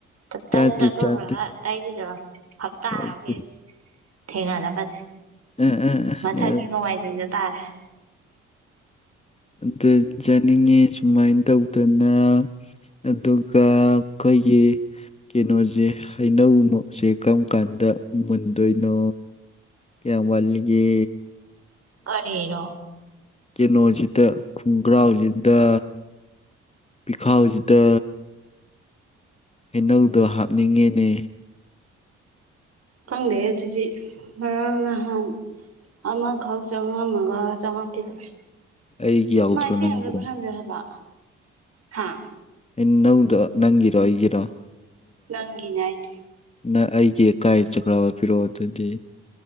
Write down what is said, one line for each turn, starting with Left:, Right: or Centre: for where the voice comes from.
Right: ꯇꯥꯞꯇꯥꯏ
Left: ꯆꯥꯗꯦ
Right: ꯆꯥꯊꯣꯛꯈ꯭ꯔꯒ
Left: ꯆꯥꯗꯦ
Right: ꯇꯥꯏꯇ‌ꯦꯆꯠꯂꫭ꯫ ꯍꯞꯇꯥ
Left: ꯆꯥꯗꯦ
Right: ꯍꯥꯏꯕꯒ ꯊꯦꯡꯒꯗꯄ꯫
Left: ꯑ ꯑ
Right: ꯃꯊꯪꯒꯤ
Left: ꯑ
Right: ꯅꯣꯡꯃꯥꯏꯖꯤꯡꯗ ꯇꯥꯔꯦ꯫
Left: ꯑꯗꯨ ꯆꯥꯅꯤꯡꯉ‌ꯦ ꯁꯨꯃꯥꯏꯟ ꯇꯧꯗꯅ ꯑꯗꯨꯒ꯫ ꯍ‌ꯣꯏꯌꯦ꯫ ꯀꯩꯅꯣꯁꯦ ꯍꯩꯅꯧꯁꯦ ꯀꯝ ꯀꯥꯟꯗ ꯃꯨꯟꯗꯣꯏꯅꯣ꯫ ꯀꯌꯥꯝ ꯋꯥꯠꯂꯤꯒꯤ꯫
Right: ꯀꯔꯤꯔꯣ꯫
Left: ꯀꯤꯅꯣꯁꯤꯗ ꯈꯣꯡꯒ꯭ꯔꯥꯎꯁꯤꯗ꯫ ꯄꯤꯈꯥꯎꯁꯤꯗ꯫ ꯍꯩꯅꯧꯗꯣ ꯍꯥꯞꯅꯤꯡꯉ‌ꯦꯅꯦ꯫
Right: ꯈꯪꯗ‌ꯦ ꯑꯗꯨꯗꯤ꯫ ꯉꯔꯥꯡ ꯅꯍꯥꯟ ꯑꯃꯈꯛ ꯆꯉꯝꯃꯒ ꯆꯪꯉꯛꯈꯤꯗ꯭ꯔꯦ꯫
Left: ꯑꯩꯒꯤ ꯌꯥꯎꯗ꯭ꯔꯣ
Right: ꯃꯥ ꯏꯁꯤꯡ
Left: ꯅꯪꯒꯤꯗꯣ
Right: ꯑꯝꯇ ꯄꯨꯁꯤꯟꯕꯤꯌꯨ ꯍꯥꯏꯕ ꯍꯥ꯫
Left: ꯏꯟꯅꯧꯗꫭ ꯅꯪꯒꯤꯔꫭ ꯑꯩ ꯒꯤꯔꫭ꯫
Right: ꯅꯪꯒꯤꯅꯦꯗꯥꯏ꯫
Left: ꯅꯪ ꯑꯩꯒꯤꯀꯥꯏ ꯆꯠꯈ꯭ꯔꯕ ꯄꯤꯔꫭꯛ ꯑꯗꯨꯗꯤ꯫